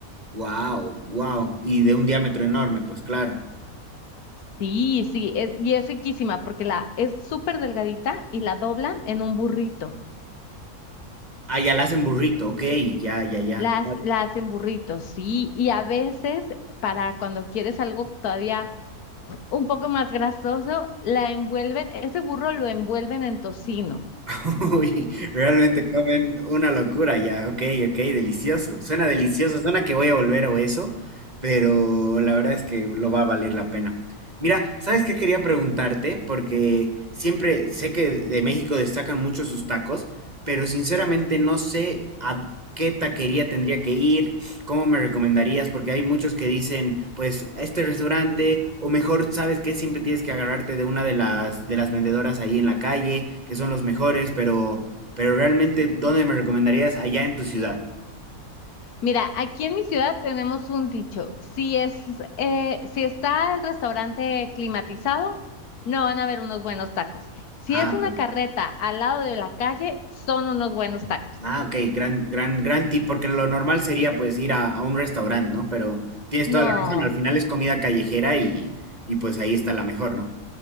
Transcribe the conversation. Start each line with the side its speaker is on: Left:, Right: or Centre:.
Right: Wow, wow. Y de un diámetro enorme, pues claro.
Left: Sí, sí, es- y es riquísima porque la es súper delgadita y la doblan en un burrito.
Right: Ah, ya la hacen burrito, ok, ya, ya, ya.
Left: Las, la hacen burritos, sí, y a veces para cuando quieres algo todavía un poco más grasoso, la envuelven, ese burro lo envuelven en tocino.
Right: <laughs> Uy, realmente comen una locura ya, ok, ok, delicioso. Suena delicioso, suena que voy a volver o eso, pero la verdad es que lo va a valer la pena. Mira, ¿sabes qué quería preguntarte? Porque siempre sé que de de México destacan mucho sus tacos, pero sinceramente no sé a qué taquería tendría que ir, ¿Cómo me recomendarías? Porque hay muchos que dicen, pues, a este restaurante, o mejor, ¿sabes que Siempre tienes que agarrarte de una de las, de las vendedoras ahí en la calle, que son los mejores, pero, pero realmente, ¿dónde me recomendarías? Allá en tu ciudad.
Left: Mira, aquí en mi ciudad tenemos un dicho. Si es, eh, si está el restaurante climatizado, no van a haber unos buenos tacos. Si
Right: Ah,
Left: es una
Right: ok.
Left: carreta al lado de la calle, son unos buenos tacos.
Right: Ah, ok, gran, gran, gran tip, porque lo normal sería pues ir a, a un restaurante, ¿no? Pero tienes
Left: No,
Right: toda la razón, al final es comida callejera y, y pues ahí está la mejor, ¿no?